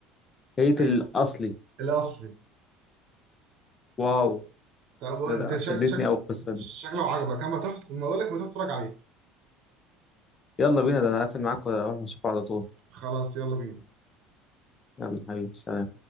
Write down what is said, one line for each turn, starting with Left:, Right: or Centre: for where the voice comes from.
Left: هيت
Right: اي
Left: الاصلي
Right: الاصلي
Left: واو
Right: طب انت
Left: ده, ده
Right: شك
Left: شدتني
Right: شك
Left: قوي القصه
Right: شكله
Left: دي
Right: عجبك اما تروح ما اقول لك ما تروح تتفرج عليه
Left: يلا بينا ده انا قافل معاك ولا اروح اشوفه على طول
Right: خلاص يلا بينا
Left: يلا حبيبي سلام